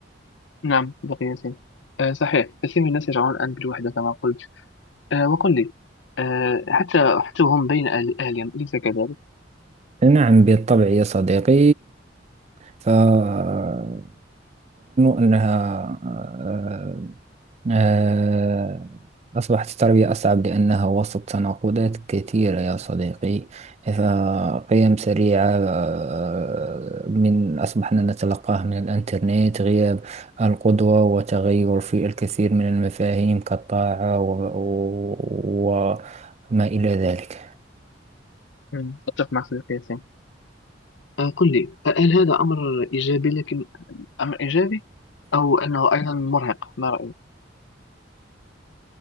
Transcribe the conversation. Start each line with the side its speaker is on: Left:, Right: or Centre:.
Left: نعم صديقي ياسين آه، صحيح كثير من الناس يشعرون الآن بالوحدة كما قلت آه، وقل لي آه، حتى حتى هم بين أهل- أهلهم أليس كذلك؟
Right: نعم بالطبع يا صديقي فأظن أنها آه، آه، أصبحت التربية أصعب لأنها وسط تناقضات كثيرة يا صديقي فقيم سريعة آه، من أصبحنا نتلقاها من الإنترنت غياب القدوة وتغير في الكثير من المفاهيم كالطاعة و... و... وما إلى ذلك
Left: مم. أتفق معك صديقي ياسين آه، قل لي هل هذا أمر إيجابي لكن أمر إيجابي أو أنه أيضا مرهق ما رأيك؟